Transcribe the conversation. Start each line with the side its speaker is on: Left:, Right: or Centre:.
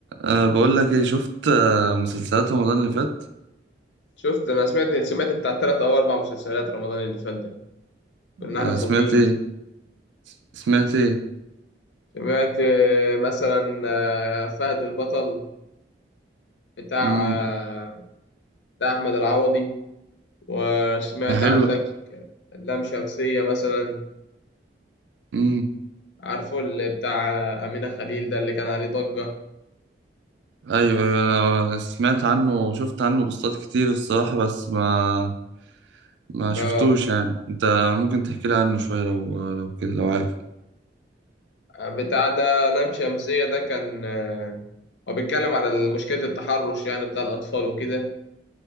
Right: أه بقول لك ايه شفت أه مسلسلات رمضان اللي فات
Left: شفت انا سمعت سمعت بتاع ثلاث او اربع مسلسلات رمضان اللي فات ده كنا
Right: أه
Left: احنا فاضيين
Right: سمعت ايه سمعت ايه
Left: سمعت آه، مثلا آه، فهد البطل بتاع
Right: امم
Left: آه، بتاع احمد العوضي وسمعت
Right: ده حلو
Left: عندك لام شمسية مثلا
Right: امم
Left: عارفه اللي بتاع آه، أمينة خليل ده اللي كان عليه ضجة
Right: ايوه ايوه انا سمعت عنه وشفت عنه بوستات كتير الصراحة بس ما ما شفتوش
Left: اه
Right: يعني انت ممكن تحكي لي عنه شوية لو لو كده لو عارف
Left: بتاع ده لام شمسية ده كان آه، هو بيتكلم على مشكلة التحرش يعني بتاع الأطفال وكده